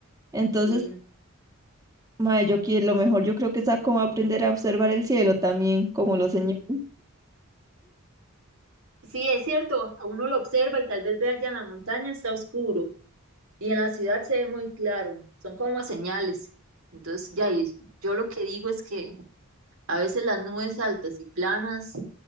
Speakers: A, on the right; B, on the right.
A: Entonces,
B: Sí,
A: Mae, yo quiero, lo mejor yo creo que es a- como aprender a observar el cielo también, como los señores. <laughs>
B: Sí, es cierto, a uno lo observa y tal vez ve allá en la montaña está oscuro y en la ciudad se ve muy claro, son como señales. Entonces, ya, y yo lo que digo es que a veces las nubes altas y planas,